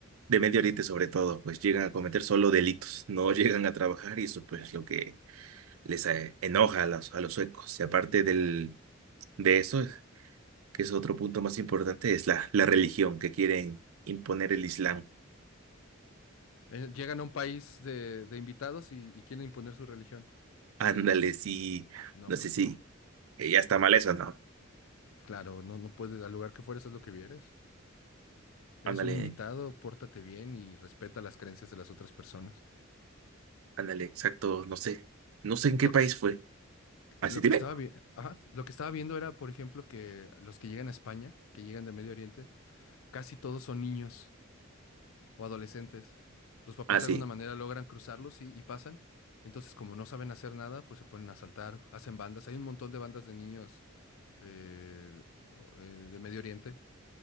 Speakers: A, on the right; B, on the left.
A: de Medio Oriente sobre todo, pues llegan a cometer solo delitos, no llegan a trabajar y eso pues es lo que les eh, enoja a los, a los suecos. Y aparte del, de eso, que es otro punto más importante, es la, la religión que quieren imponer el Islam.
B: Eh, llegan a un país de, de invitados y, y quieren imponer su religión.
A: <laughs> Ándale, sí,
B: No,
A: no
B: pues
A: sé si
B: no.
A: eh, ya está mal eso, ¿no?
B: Claro, no, no puedes, al lugar que fueres, haz lo que vieres. Eres
A: Ándale,
B: un invitado, pórtate bien y respeta las creencias de las otras personas.
A: ándale, exacto, no sé, no sé en
B: Lo
A: qué país
B: que, es-
A: fue. Así
B: lo
A: dime.
B: que estaba vi- ajá, lo que estaba viendo era, por ejemplo, que los que llegan a España, que llegan de Medio Oriente, casi todos son niños. o adolescentes. Los papás
A: Ah,
B: de
A: sí,
B: alguna manera logran cruzarlos y, y pasan. Entonces, como no saben hacer nada, pues se ponen a asaltar, hacen bandas. Hay un montón de bandas de niños eh, o- eh, de Medio Oriente